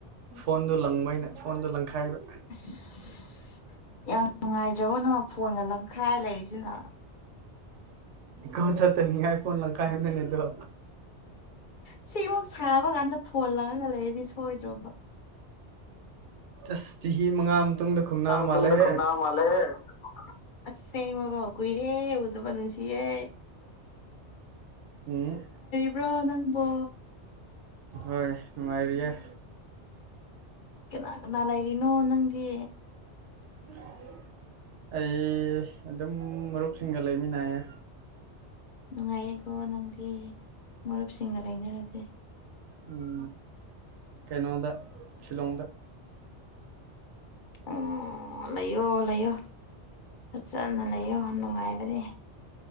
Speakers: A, on the right; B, on the left.
A: ꯐꯣꯟꯗꯨ ꯂꯪꯕꯩꯅ ꯐꯣꯟꯗ ꯂꯪꯈꯥꯏꯕ
B: <unintelligible> ꯌꯥꯝ ꯅꯨꯡꯉꯥꯏꯇ꯭ꯔꯕꯣ ꯅ ꯐꯣꯟꯒ ꯂꯝꯪꯈꯥꯏꯔ ꯂꯩꯔꯤꯁꯤꯅ
A: ꯀ ꯆꯠꯇꯅꯤꯡꯉꯥꯏ ꯐꯣꯟ ꯂꯪ ꯀꯥꯏꯗꯅꯤꯗꯣ
B: ꯁꯤꯃꯨꯛ ꯁꯥꯕ ꯀꯥꯟꯗ ꯐꯣꯟ ꯂꯪꯉ ꯂꯩꯔꯤꯗꯤ ꯁꯣꯏꯗ꯭ꯔꯣꯕ꯫
A: ꯑꯁ ꯆꯍꯤ ꯃꯉꯥ꯫ ꯃꯇꯨꯡꯗ ꯈꯨꯝꯅꯕ
B: ꯌꯥꯝ
A: ꯃꯥꯜꯂꯦꯍꯦ
B: ꯇꯨꯗꯈꯨꯞꯅꯥꯃ ꯃꯥꯂꯦꯍ꯫ ꯑꯁꯦꯡꯉꯒꯣ ꯀꯨꯏꯔꯦ ꯎꯗꯕ ꯅꯨꯡꯁꯤꯌꯦ꯫
A: ꯎꯝ꯫
B: ꯕꯔꯣ ꯅꯪꯕꯣ꯫
A: ꯍꯣꯏ ꯅꯨꯡꯉꯥꯏꯔꯤꯌꯦꯦ꯫
B: ꯀꯅꯥ ꯀꯅꯥ ꯂꯩꯔꯤꯅꯣ ꯅꯪꯗꯤ꯫
A: <unintelligible> ꯑꯩ ꯑꯗꯨꯝ ꯃꯔꯨꯞꯁꯤꯡꯒ ꯂꯩꯃꯤꯟꯅꯌꯦ꯫
B: ꯅꯨꯡꯉꯥꯏꯌꯦꯀꯣ ꯅꯪꯗꯤ ꯃꯔꯨꯞꯁꯤꯡꯒ ꯂꯩꯅꯔꯗꯤ꯫
A: ꯎꯝ ꯀꯩꯅꯣꯗ ꯁꯤꯂꯣꯡꯗ꯫
B: ꯑꯣ ꯂꯩꯌꯣ ꯂꯩꯌꯣ꯫ ꯐꯖꯅ ꯂꯩꯌꯣ ꯅꯨꯡꯉꯥꯏꯕꯅꯦ꯫